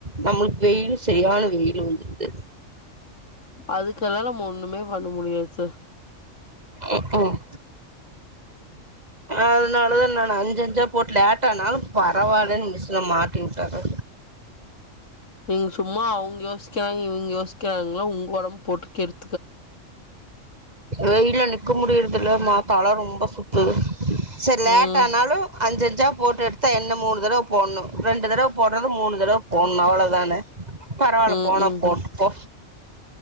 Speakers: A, on the right (about 35°); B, on the left (about 80°).
A: நம்மளுக்கு வெயில்லு சரியான வெயிலு வந்துடுது
B: அதுக்காகல்லா நம்ம ஒண்ணுமே பண்ண முடியாது சார்
A: ம்ஹூம் அதுனாலதா நானு அஞ்சு அஞ்சா போட்டு லேட்டானாலும் பரவாயில்லன்னு மிஷின மாட்டி வுட்டரது
B: நீங்க சும்மா அவுங்க யோசிக்கறாங்க இவுங்க யோசிக்கிறாங்கல்லா உங்க உடம்ப போட்டுக்கெடு
A: வெயில்ல நிக்க முடியறதில்லமா தல ரொம்ப சுத்துது சரி லேட்டானாலு
B: ம்
A: அஞ்சஞ்சா போட்டு எடுத்தா என்ன மூணு தடவ போட்ணு ரெண்டு தடவ போடுறது மூணு தடவ போட்ணு அவ்ளதானே பரவாயில்ல
B: ம்
A: போனா
B: ம்
A: போட்டு போ